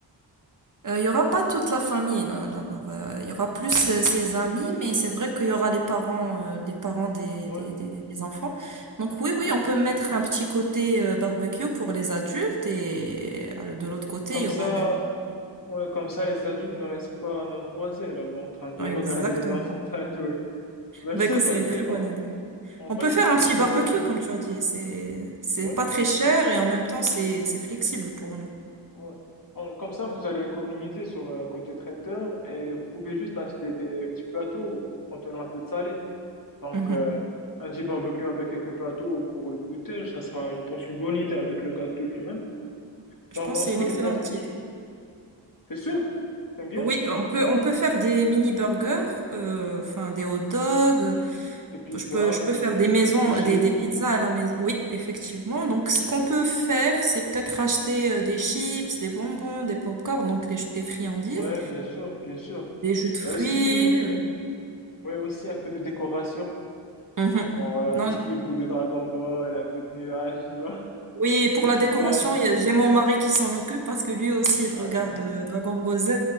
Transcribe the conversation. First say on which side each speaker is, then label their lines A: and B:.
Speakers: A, on the right; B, on the left.
A: Euh, Il y aura pas toute la famille, non, alors, euh, il y aura plus euh, ses amis, mais c'est vrai qu'il y aura les parents, euh, les parents des,
B: Ouais,
A: des, des, des enfants. Donc oui, oui,
B: hein.
A: on peut mettre un petit côté euh, barbecue pour les adultes et euh, de l'autre côté,
B: Comme
A: il y
B: ça,
A: aura la...
B: ouais, comme ça, les adultes ne restent pas à main croisée là-bas en train de
A: Ouais,
B: <laughs> regarder
A: Exactement.
B: les enfants en train de jouer. Ben,
A: Bah
B: je sais
A: écoute,
B: pas,
A: c'est une
B: je
A: très
B: sais pas.
A: bonne idée.
B: En
A: On
B: vrai,
A: peut
B: c'est
A: faire
B: juste
A: un petit
B: une
A: barbecue,
B: idée, mais
A: comme tu as dit. C'est, c'est
B: ouais.
A: pas très cher et en même temps, c'est, c'est flexible pour nous.
B: Ouais. En- Comme ça, vous allez économiser sur euh, côté traiteur et vous pouvez juste acheter des petits plateaux contenant un peu de salé. Donc,
A: Mhm.
B: euh, un petit barbecue avec quelques plateaux pour le goûter, ça sera, je pense, une bonne idée avec le gâteau lui-même.
A: Je
B: Donc,
A: pense
B: en
A: que
B: soi,
A: c'est une excellente
B: je pense que c'est...
A: idée.
B: T'es sûr? T'aimes bien?
A: Oui, on peut, on peut faire des mini burgers, euh, enfin des hot dogs.
B: Des pizzas,
A: Je peux, je peux
B: des,
A: faire des maisons,
B: des sushis.
A: euh, des, des pizzas à la maison. Oui, effectivement. Donc, ce qu'on peut faire, c'est peut-être acheter euh, des chips, des bonbons, des pop-corn, donc des, des friandises,
B: Ouais, bien sûr, bien sûr.
A: des jus de fruits.
B: Et aussi,
A: euh.
B: ouais, aussi un peu de décoration.
A: Mhm.
B: Genre, euh,
A: Non,
B: tout ce qui est boule de Dragon Ball, un peu de nuages, tu vois?
A: oui, pour
B: Le
A: la
B: petit
A: décoration,
B: singe.
A: il y a- j'ai mon mari qui s'en occupe parce que lui aussi, il
B: Ah,
A: regarde
B: voilà.
A: euh, Dragon Ball Z.